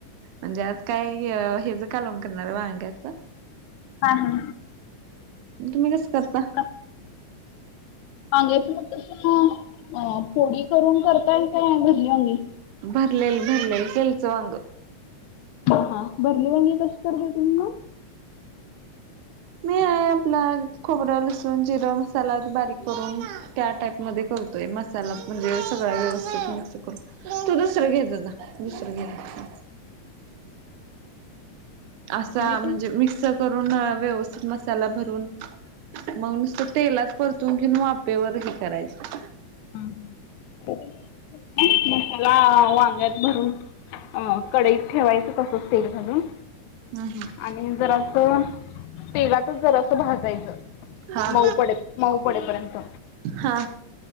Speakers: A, on the right (about 80°); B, on the left (about 80°).
A: म्हणजे आज काय हेच कालवण करणार आहे. वांग्याच
B: हा हा
A: तुम्ही कसं करता?
B: का वांग्याची मग तसं फोडी करून करता का भरली वांगी
A: बरलेल बरलेल सेल्स वांग
B: हा हा भरली वंगी कशी करते. तुम्ही मग
A: मी आहे आपला खोबरं लसून जिरा मसाला बारीक करून त्या टाईप मध्ये करतोय मसाला म्हणजे सगळ व्यवस्थित तू दुसरं घेत दुसरं घेत असा
B: मी
A: म्हणजे
B: पण
A: मिक्स करून व्यवस्थित मसाला भरून मग नुसतं तेलात परतून घेऊन वापेवर हे करायचं
B: हा मसाला वांग्यात भरून अ कडईत ठेवायचं तसंच तेल घालून
A: हम्म हम्म.
B: आणि जरा अस तेलातच जरास भाजायचं
A: हा
B: मऊ पडे मऊ पडेपर्यंत
A: हा